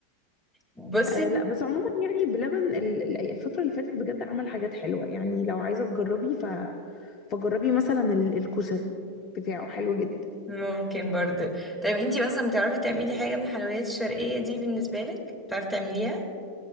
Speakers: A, in the centre; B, on the left (about 35°).
A: بصي
B: آه لا بس عموما يعني بلبن ال- ال- الفتره اللي فاتت بجد عمل حاجات حلوه يعني لو عايزه تجربي فجربي مثلا ال- الكشري بتاعه حلو جدا
A: ممكن برضو طيب انتي مثلا بتعرفي تعملي حاجه من الحلويات الشرقيه دي بالنسبه لك بتعرفي تعمليها